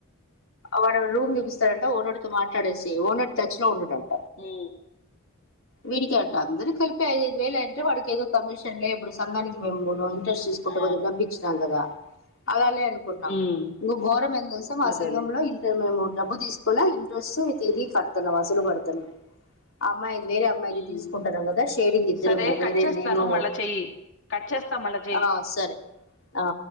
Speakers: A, on the left (about 80°); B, on the left (about 60°).
A: వడ రూమ్ అంట ఓనర్ తో మాట్లాడేసి ఓనర్ ట <unintelligible>
B: ఉమ్
A: వీడికే అంట అందరు కలిపి ఐదుఐదు వేలు వాడికి ఏదో కమిషన్ లే ఇప్పుడు సంఘానికి మేము మూడు చేసుకుంట
B: ఆ!
A: బతికిన బిక్షదానిలగా అదలే కు
B: హ్మ్.
A: ఇంఘోరం ఎందుసాం మా
B: అదేలే.
A: సంఘంలో ఇ మేము డబ్బు తీసుకున్నా ఇంట్రెస్ట్ తిరిగి కడుతున్నా అసలు కడుతున్నా ఆ అమ్మాయి వేరే అమ్మాయిలు
B: హ్మ్.
A: తీసుకుంటను కదా షేరింగ్ ఇద్దరము
B: సరే
A: వేరే
B: కట్ చేస్తాను
A: నేను
B: మళ్ళా చెయ్యి. కట్ చేస్తా మళ్ళా చెయ్.
A: ఆ సరే హా